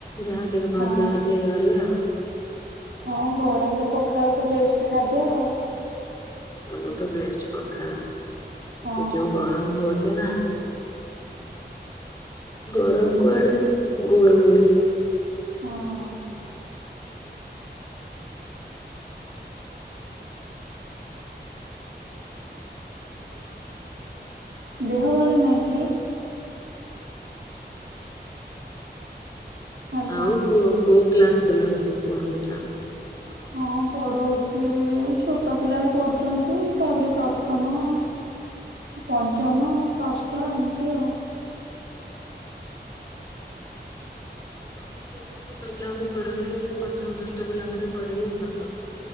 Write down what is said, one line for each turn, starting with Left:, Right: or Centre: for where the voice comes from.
Left: ଯାହା ଟିକେ
Right: ହଁ।
Left: ମଜା ମଜି ହେଇଗଲେ ଆଉ।
Right: ହଁ ଗରମରେ ପଖାଳ ତ ବେଷ୍ଟ ଖାଦ୍ୟ ଆଉ
Left: ଆମ ତ ବେଷ୍ଟ ପଖାଳ
Right: ହଁ।
Left: ଯଉ ଗରମ ହଉ <unintelligible> ଗରମ କୁଆଡେ ଗୁଳୁଗୁଳି।
Right: ହଁ ଦେହ ଭଲ ନହିଁ କି? ହ୍ୟାଲୋ।
Left: ଆଉ କୁ କୁ କ୍ଲାସ ପିଲାଙ୍କୁ ସବୁ ପଢାଉଛି ଆଉ।
Right: ହଁ ପଢଉଛି ଛୋଟ ପିଲା ବି ପଢୁଛନ୍ ଏମିତି ତାପରେ ପ୍ରଥମ ପଞ୍ଚମ ଷଷ୍ଠ ଏମିତି ଆଉ।
Left: ହଁ ବେଶୀ ଛୋଟ ପିଲାଙ୍କୁ ବି ପଢ଼େଇଲେ ପଞ୍ଚମ ଷଷ୍ଠ ପିଲାଙ୍କୁ ବି ପଢ଼େଇଲେ ଭଲ।